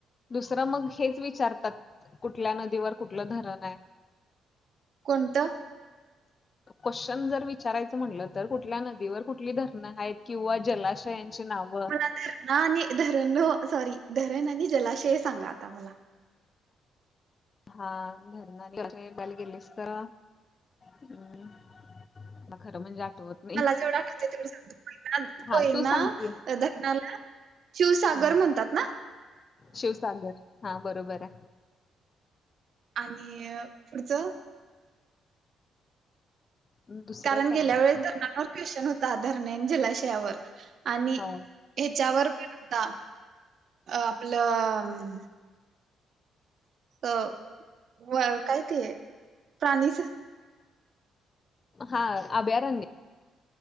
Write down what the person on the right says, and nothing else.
कोणत.
धरणा आणि धरण सॉरी धरण आणि जलाशय सांगा आता मला.
मला जेवढं आठवतय तेवढं सांगतो. कोयना-
कोयना
धरणाला शिवसागर
म्हणतात ना.
आणि पुढचं
कारण
गेल्या
वेळेस धरणांवर क्वेश्चन होता, धरणे न जलाशयावर आणि
ह्याच्यावर पण होता. आपलं अ व काय ते प्राणी.